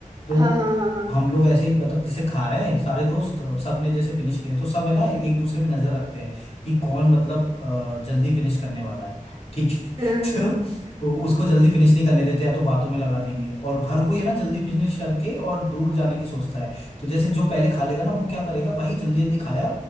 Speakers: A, on the left; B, on the right.
A: तो
B: हाँ हाँ हाँ हाँ हाँ
A: हम लोग ऐसे ही मतलब जैसे खा रहे हैं सारे दोस्त अब सबने जैसे फिनिश किया तो सब है ना एक दूसरे पे नजर रखते हैं कि कौन मतलब अ, जल्दी फिनिश करने वाला है ठीक
B: हाँ,
A: है
B: हाँ।
A: <laughs> तो उसको जल्दी फिनिश नहीं करने देते या तो बातों में लगा देंगे और हर कोई है ना जल्दी फिनिश करके और दूर जाने की सोचता है तो जैसे जो पहले खा लेगा ना वो क्या करेगा भाई जल्दी जल्दी खाया